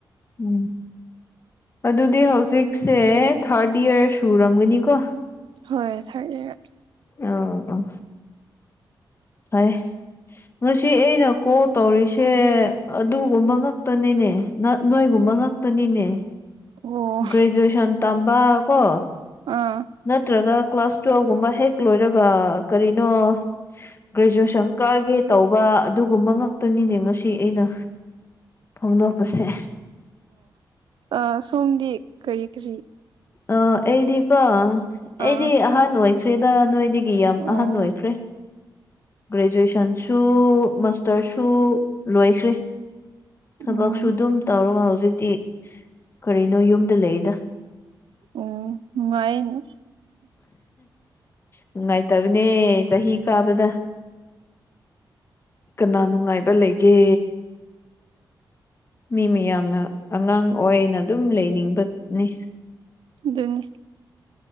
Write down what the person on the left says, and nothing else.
ꯎꯝ ꯑꯗꯨꯗꯤ ꯍꯧꯖꯤꯛꯁꯦ ꯊꯥꯔꯠ ꯏꯌꯥꯔ ꯁꯨꯔꯝꯒꯅꯤꯀꯣ
ꯑꯣ ꯑꯣ ꯍꯣꯢ ꯉꯁꯤ ꯑꯩꯅ ꯀꯣꯜ ꯇꯧꯔꯤꯁꯦ ꯑꯗꯨꯒꯨꯝꯕ ꯉꯥꯛꯇꯅꯤꯅꯦ ꯅꯣꯏꯒꯨꯝꯕ ꯉꯥꯛ ꯅꯤꯅꯦ
ꯒ꯭ꯔꯦꯖꯨꯑꯦꯁꯟ ꯇꯝꯕ ꯀꯣ
ꯅꯠꯇ꯭ꯔꯒ ꯀ꯭ꯂꯥꯁ ꯇꯨꯋꯦꯜ ꯒꯨꯝꯕ ꯍꯦꯛ ꯂꯣꯏꯔꯒ ꯀꯔꯤꯅꯣ ꯒ꯭ꯔꯦꯖꯨꯑꯦꯁꯟ ꯀꯥꯒꯦ ꯇꯧꯕ ꯑꯗꯨꯒꯨꯝꯕ ꯉꯥꯛꯇꯅꯤꯅꯦ ꯉꯁꯤ ꯑꯩꯅ ꯐꯣꯡꯗꯣꯛꯄꯁꯦ
ꯑꯥ ꯑꯩꯗꯤꯀꯣ ꯑꯩꯗꯤ
ꯑꯍꯥꯟ ꯑꯣꯏꯈ꯭ꯔꯦꯗ ꯅꯣꯏꯗꯤ ꯒꯤ ꯌꯥꯝ
ꯑꯍꯟ ꯑꯣꯏꯈ꯭ꯔꯦ ꯒ꯭ꯔꯦꯖꯨꯑꯦꯁꯟꯁꯨ ꯃꯥꯁꯇꯔꯁꯨ ꯂꯣꯏꯈ꯭ꯔꯦ ꯊꯕꯛꯁꯨ
ꯑꯗꯨꯝ ꯇꯧꯔꯒ ꯍꯧꯖꯤꯛꯇꯤ ꯀꯔꯤꯅꯣ ꯌꯨꯝꯗ ꯂꯩꯗ
ꯅꯨꯡꯉꯥꯏꯇꯕꯅꯦ ꯆꯍꯤ ꯀꯥꯕꯗ ꯀꯅꯥ ꯅꯨꯡꯉꯥꯏꯕ ꯂꯩꯒꯦ ꯃꯤ ꯃꯌꯥꯝꯅ ꯑꯉꯥꯡ ꯑꯣꯏꯅ ꯑꯗꯨꯝ ꯂꯩꯅꯤꯡꯕꯅꯤ